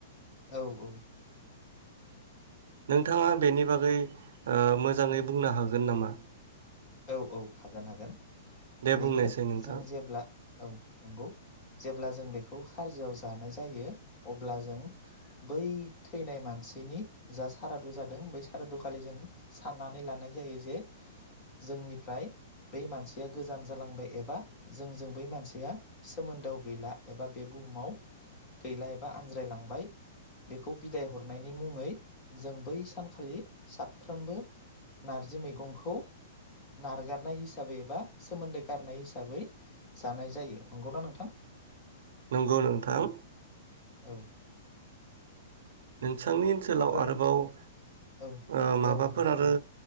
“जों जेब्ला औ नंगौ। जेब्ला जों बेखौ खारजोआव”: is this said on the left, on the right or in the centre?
Left